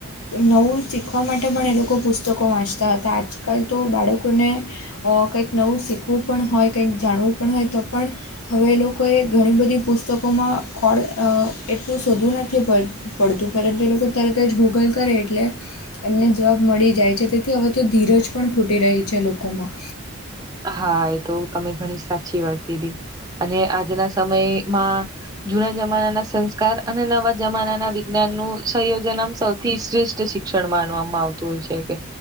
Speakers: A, on the left; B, on the right.
A: નવું શીખવા માટે, પણ એ લોકો પુસ્તકો વાંચતા હતા. આજકાલ તો બાળકોને કંઈક નવું શીખવું પણ હોય, કંઈક જાણવું પણ હોય તો પણ હવે એ લોકોએ ઘણી બધી પુસ્તકોમાં ખોળ એટલું શોધવું નથી પડતુ પડતું. પરંત એ લોકો તરત જ ગૂગલ કરે એટલે એમને જવાબ મળી જાય છે. તેથી હવે તો ધીરજ પણ ખૂટી રહી છે લોકોમાં
B: હા! એ તો તમે ઘણી સાચી વાત કીધી. અને આજના સમયમાં જૂના જમાના ના સંસ્કાર અને નવા જમાના ના વિજ્ઞાન નું સંયોજન આમ સૌથી શ્રેષ્ઠ શ શિક્ષણ માનવામાં આવતું હોય છે. કે